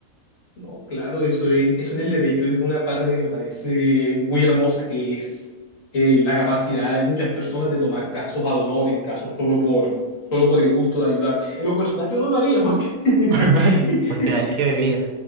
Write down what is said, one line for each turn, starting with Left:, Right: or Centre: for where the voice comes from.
Left: No, claro, eso en, eso en el derecho es una parte que me parece muy hermosa, que es eh, la capacidad de muchas personas de tomar casos ad honorem, casos solo por, solo por el gusto de ayudar. En lo personal yo no lo haría porque <laughs>
Right: <laughs> porque hay que vivir.